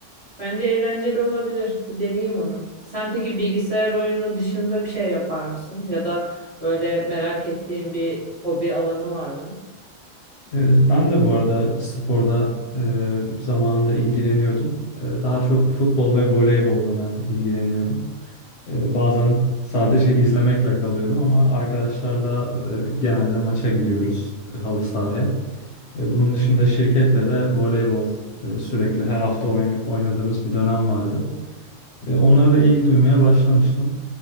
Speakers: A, on the right; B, on the left.
A: Bence eğlenceli olabilir. Bir deneyeyim onu. Sen peki bilgisayar oyunu dışında bir şey yapar mısın? Ya da böyle merak ettiğin bir hobi alanı var mı?
B: Ee, Ben de bu arada sporda e, zamanında ilgileniyordum. Ee, Daha çok futbol ve voleybolla ben ilgileniyordum. Ee, Bazen sadece izlemekle kalıyordum ama arkadaşlarla e, genelde maça gidiyoruz e, halı sahaya. E, Bunun dışında şirketle de voleybol e, sürekli her hafta oyna- oynadığımız bir dönem vardı. E, Onlara da ilgi duymaya başlamıştım.